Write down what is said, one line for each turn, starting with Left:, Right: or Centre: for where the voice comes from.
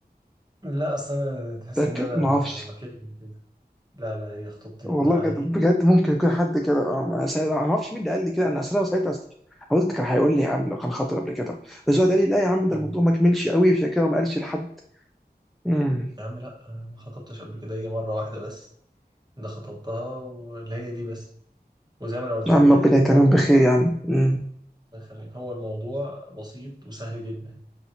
Right: لا أصل أنا تحس
Centre: متاكد
Right: إن أنا
Centre: ما اعرفش
Right: وكيل كده لا لا هي خطوبتي
Centre: والله
Right: الأولى عادي
Centre: بجد بجد ممكن يكون حد كده اه ما أنا ما اعرفش مين اللي قال لي كده انا اصل انا ساعتها أصل- قلت كان هيقول لي يا عم لو كان خاطر قبل كده بس هو قال لي لا يا عم
Right: مم.
Centre: ده الموضوع ما كملش قوي عشان كده ما قالش لحد امم
Right: يا عم لا أنا ما خطبتش قبل كده هي مرة واحدة بس اللي خطبتها واللي هي دي بس وزي ما أنا قلت
Centre: يا
Right: لك
Centre: عم
Right: كده
Centre: ربنا يتمم
Right: هو الموضوع
Centre: بخير يا عم أمم.
Right: الله يخليك هو الموضوع بسيط وسهل جدا